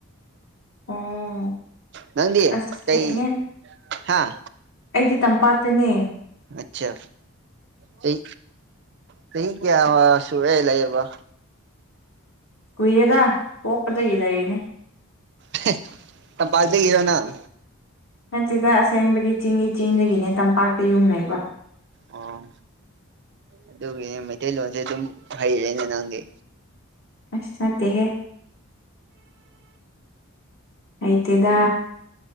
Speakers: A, on the left; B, on the right.
A: ꯑꯣ
B: ꯅꯪꯗꯤ
A: ꯑꯁ
B: ꯀꯩ
A: ꯊꯦꯡꯉꯦ
B: ꯍꯥꯥ꯫
A: ꯑꯩꯗꯤ ꯇꯝꯄꯥꯛꯇꯅꯦ꯫
B: ꯑꯆꯥ ꯆꯍꯤ ꯆꯍꯤ ꯀꯌꯥ ꯁꯨꯔꯦꯕ ꯂꯩꯕ꯫
A: ꯀꯨꯏꯔꯦꯗ ꯄꯣꯛꯄꯗꯒꯤ ꯂꯩꯔꯤꯅꯦ
B: <unintelligible> ꯇꯝꯇꯥꯛꯇꯒꯤꯔꫭ ꯅꯪ
A: ꯅꯠꯇꯗ ꯑꯁꯦꯡꯕꯗꯤ ꯆꯤꯡꯒꯤ ꯆꯤꯡꯗꯒꯤꯅꯦ ꯇꯝꯄꯥꯛꯇ ꯌꯨꯝ ꯂꯩꯕ
B: ꯑꯣ ꯑꯗꯨꯒꯤꯅꯦ ꯃꯩꯇꯩꯂꯣꯟꯁꯦ ꯑꯗꯨꯝ ꯍꯩꯔꯦꯅꯦ ꯅꯪꯗꯤ
A: ꯑꯁ ꯅꯠꯇꯦꯍꯦ ꯍꯩꯇꯦꯗ